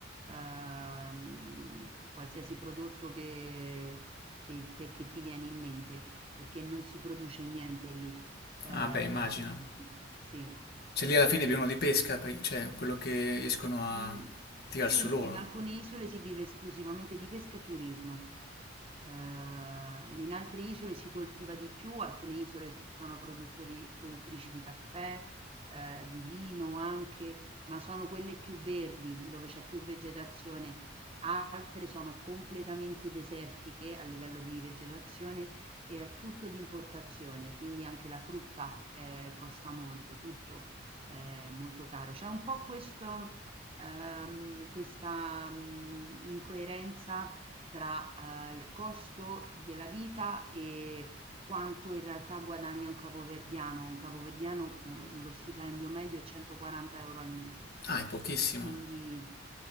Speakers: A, on the right (about 30°); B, on the left (about 55°).
A: ehm, qualsiasi prodotto che che te che ti viene in mente, perché non si produce niente lì. Ehm,
B: Ah, beh, immagino.
A: sì,
B: Cioè lì alla
A: ehm,
B: fine abbiamo di pesca, per- cioè quello che riescono a
A: mhmm, sì,
B: tirar su loro.
A: in alcune isole si vive esclusivamente di pesca e turismo. Ehm, in altre isole si coltiva di più, alcune isole so- sono produttori, produttrici di caffè, eh, di vino anche, ma sono quelle più verdi, dove c'è più vegetazione. Altre sono completamente desertiche a livello di vegetazione e è tutto di importazione, quindi anche la frutta eh, costa molto, tutto eh, molto caro. C'è un po' questo, ehm, questa mm, incoerenza tra eh, il costo della vita e quanto in realtà guadagna un capoverdiano. Un capoverdiano, eh, lo stipendio medio è 140 euro al mese.
B: Ah, è pochissimo.
A: Quindi,